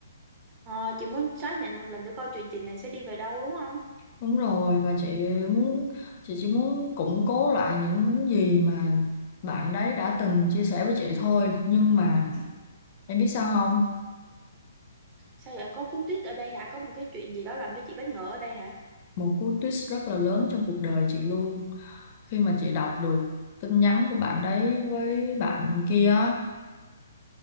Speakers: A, on the right; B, on the left.
A: ờ, chị muốn xác nhận một lần để coi chuyện tình này sẽ đi về đâu đúng không
B: Đúng rồi và chị muốn chị chỉ muốn củng cố lại những gì mà bạn đấy đã từng chia sẻ với chị thôi nhưng mà em biết sao không
A: sao vậy có cú tuyết ở đây hả có một cái chuyện gì đó làm cho chị bất ngờ ở đây hả
B: một cú twist rất là lớn trong cuộc đời chị luôn khi mà chị đọc được tin nhắn của bạn đấy với bạn kia á,